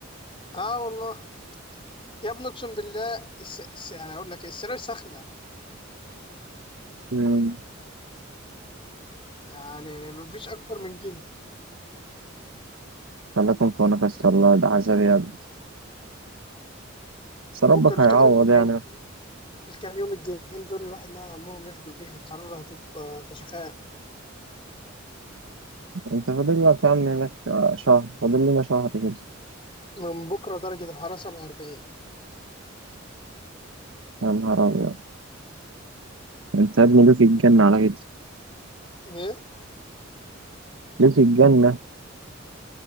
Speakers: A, on the left; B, on the right.
A: اه والله يا ابني اقسم بالله الس... الس... يعني اقول لك إيه، السراير سخنه
B: مم.
A: يعني ما فيش اكتر من كده
B: خليكم في نفس الله ده عذاب يا ابني بس ربك
A: بكره الكام
B: هيعوض
A: يوم الجايين
B: يعني
A: دول- الكام يوم الجايين دول الواحد نعم عمهم ياخدوا درجه الحراره هتبقى فشخاء
B: انت فاضل لك يا عم هناك شهر فاضل لنا شهر كده
A: من بكره درجه الحراره 47
B: يا نهار ابيض انت يا ابني ليه في الجنة على كده؟
A: ايه
B: ليه في الجنة؟